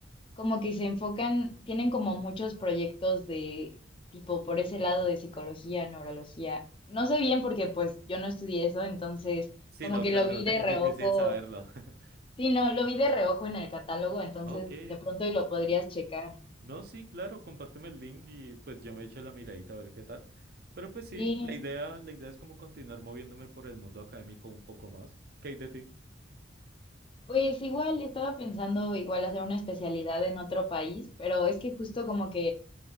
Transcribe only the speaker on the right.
Sí,
no,
claro,
de-
difícil saberlo. <laughs>
Ok.
No, sí, claro, compárteme el link y pues yo me echo la miradita a ver qué tal. Pero pues sí,
la idea, la idea es como continuar moviéndome por el mundo académico un poco más. ¿Qué hay de ti?